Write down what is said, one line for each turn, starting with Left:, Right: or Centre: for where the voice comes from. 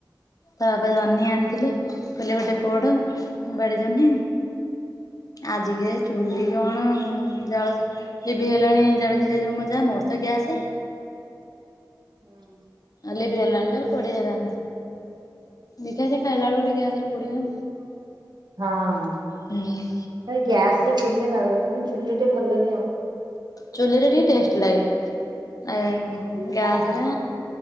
Left: ତା ବାବା ଜହ୍ନି ଆଣିଥିଲେ କହିଲେ ଗୋଟେ ପୋଡ ବାଡି ଜହ୍ନି। ଆଜିକେ ଚୁଲି କଣ। ହୁଁ ଜାଳ ଏ ବି ହେଲାଣି ଜାଳିଥିଲେ ଯୋଉ ତ ମଜା ମୋର ତ ଗ୍ୟାସ।
Right: ହଁ
Left: ଲିଭି ଗଲାଣି ଯେ ଆଉ ପୋଡ଼ି ହେଲାନି। ଦେଖା ସେ ଖାଇଲାଲୁଟ ଗ ସ ପଡିଆ
Right: ହଁ
Left: ହୁଁ
Right: ଏ ଗ୍ୟାସ ପଡଲେ ଭଲ ଲାଗେ ନା ଚୁଲି ଟେ ଭଲ ଲାଗେ ଆଉ
Left: ଚୁଲିରେ ଟିକେ ଟେଷ୍ଟ ଲାଗେ ଆ
Right: ହୁଁ
Left: ଗ୍ୟାସରେ